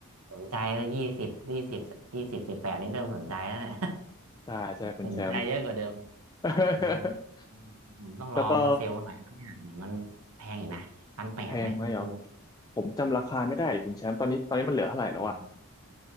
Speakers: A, on the right; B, on the left.
A: สนใจแล้วยี่สิบยี่สิบยี่สิบสิบแปดนี่เริ่มสนใจแล้วเนี่ย
B: ใช่ใช่คุณแชมป์
A: <laughs> สนใจเยอะกว่าเดิม
B: <laughs>
A: เอออืมผมต้องรอมันเซลล์หน่อยนังเนี่ยเหมือนมันแพงอยู่นะพันแปดไหมคุณคิว
B: แล้วก็แพงไหมอ๋อผมจำราคาไม่ได้ดิคุณแชมป์ตอนนี้ตอนนี้มันเหลือเท่าไหร่แล้วอะ
A: อืม